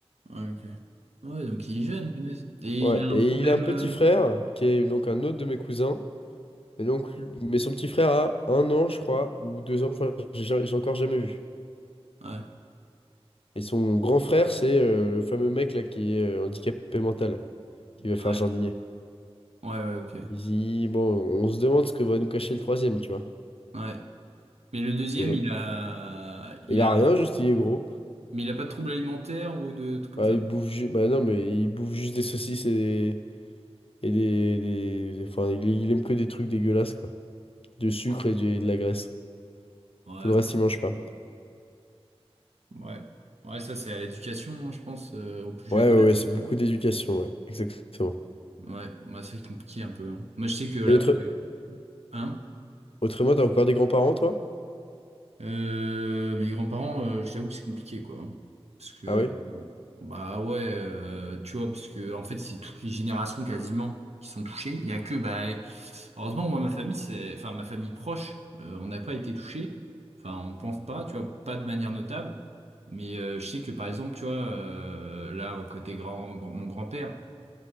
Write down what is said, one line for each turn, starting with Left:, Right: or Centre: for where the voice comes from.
Right: Ouais, ok. Ouais, donc il est jeune, punaise. Et
Left: Ouais.
Right: il a un
Left: Et
Right: problème.
Left: il a un petit
Right: euh,
Left: frère qui est donc un autre de mes cousins. Et donc, mais son petit frère a un an, je crois, ou deux ans. Enfin, j'ai j'ai encore jamais vu.
Right: Ouais,
Left: Et son grand frère, c'est euh, le fameux mec là qui est euh, handicapé mental, qui va faire
Right: ouais,
Left: jardinier.
Right: ouais, ouais, ok.
Left: Il dit, bon, on se demande ce que va nous cacher le troisième, tu vois.
Right: Ouais. Mais le deuxième,
Left: Et ils ont-
Right: il a, il
Left: Il
Right: a
Left: a rien, juste il est gros.
Right: Mais il a pas de troubles alimentaires ou de trucs comme
Left: Bah,
Right: ça?
Left: il bouffe juste... Bah non, mais il bouffe juste des saucisses et des... Et des... des- Enfin, il, il aime que des trucs dégueulasses, quoi. De sucre
Right: Ouais.
Left: et, du- et de la graisse.
Right: Ouais,
Left: Tout le
Right: ouais.
Left: reste, il mange pas.
Right: Ouais, Ouais, ça c'est à l'éducation, hein, je pense, euh, au plus jeune
Left: Ouais, ouais,
Right: âge.
Left: ouais, c'est
Right: euh.
Left: beaucoup d'éducation, ouais. Exactement.
Right: Ouais, bah, c'est compliqué un peu. hein. Moi je sais que là,
Left: Et autre...
Right: pour mes- hein?
Left: autrement, t'as encore des grands-parents, toi?
Right: Euh, mes grands-parents, euh, je t'avoue que c'est compliqué, quoi. hein. Parce que, euh,
Left: Ah ouais?
Right: bah ouais, euh, tu vois, parce que en fait, c'est toutes les générations quasiment qui sont touchées. Il y a que, bah, heureusement, moi, ma famille, c'est, enfin, ma famille proche, euh, on n'a pas été touché. Enfin, on pense pas, tu vois, pas de manière notable. Mais euh, je sais que, par exemple, tu vois, euh, là, au côté grand, mon grand-père,